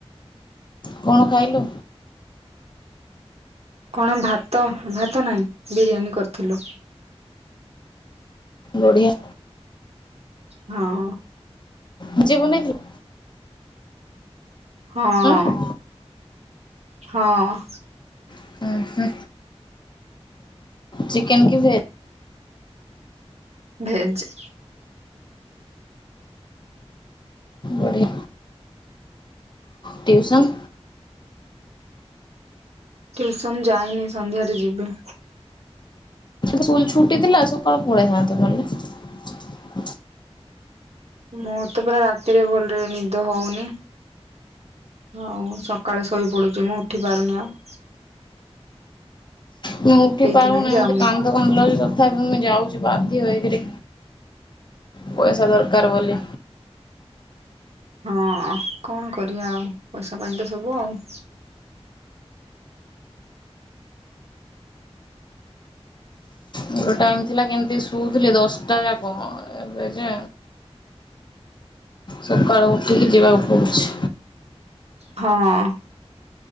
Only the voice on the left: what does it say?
କଣ ଖାଇଲୁ?
ବଢ଼ିଆ।
ନିଯେ ବନେଇଥିଲେ?
ହୁଁ
ହୁଁ ହୁଁ ଚିକେନ କି ଭେଜ୍?
ବଢିଆ ଟିଉସନ୍।
ସ୍କୁଲ ଛୁଟି ଥିଲା ସକାଳୁ ପଳେଇଥାନ୍ତ ନହେଲେ।
ମୁଁ ଉଠି
ପାରୁନା,
ମତେ କାନ୍ଦ କାନ୍ଦ ଲାଗୁଛି ତଥାପ ମୁଁ ଯାଉଛି ବାଧ୍ୟ ହେଇକିରି। ପଇସା ଦରକାର ବୋଲି।
ମୋର ଟାଇମ ଥିଲା କେମିତି ଶୁଉଥିଲି ଦଶଟା ଯାକ, ଏବେ ଯେ ସକାଳୁ ଉଠିକି ଯିବାକୁ ପଡ଼ୁଛି।